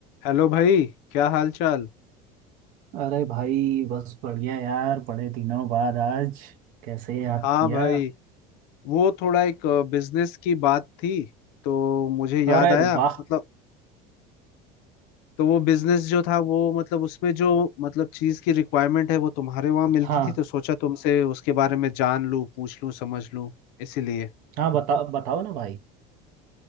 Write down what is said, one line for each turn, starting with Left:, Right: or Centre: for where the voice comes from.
Left: Hello भाई क्या हाल चाल
Right: अरे भाई बस बढ़िया यार बड़े दिनों बाद आज कैसे याद
Left: हाँ
Right: किया
Left: भाई वो थोड़ा एक बिजनेस की बात थी तो मुझे याद
Right: अरे
Left: आया
Right: वाह
Left: मतलब तो वो बिजनेस जो था वो मतलब उसमें जो मतलब चीज की रिक्वायरमेंट है वो तुम्हारे वहां मिलती
Right: हाँ
Left: थी तो सोचा तुमसे उसके बारे में जान लूं पूछ लूं समझ लूं इसीलिए
Right: हाँ बताओ बताओ ना भाई